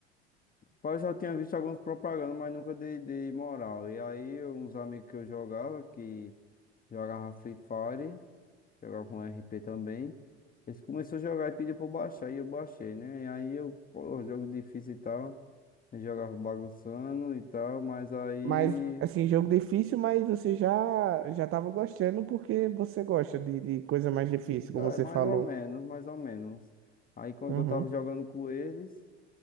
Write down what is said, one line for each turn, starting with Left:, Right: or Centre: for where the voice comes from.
Left: Pá, Eu já tinha visto algumas propagandas, mas nunca dei, dei moral. E aí, uns amigos que eu jogava, que jogava Free Fire, jogava um RP também. Eles começaram a jogar e pediram pra eu baixar, e eu baixei, né? E aí eu, pô, jogo difícil e tal. Eu jogava bagunçando e tal, mas aí.
Right: Mas, assim, jogo difícil, mas você já já tava gostando porque você gosta de, de coisa mais difícil, como
Left: Ah,
Right: você
Left: É, mais
Right: falou.
Left: ou menos, mais ou menos. Aí quando
Right: Uhum.
Left: eu tava jogando com eles,